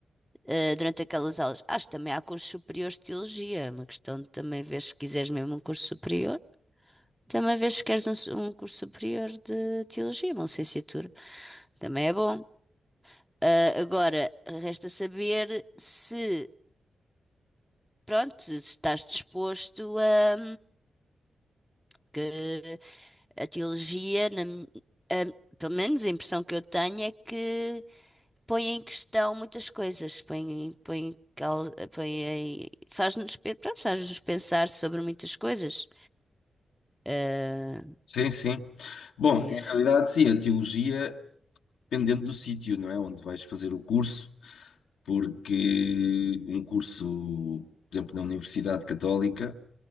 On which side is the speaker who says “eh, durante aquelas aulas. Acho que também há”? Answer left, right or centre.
Centre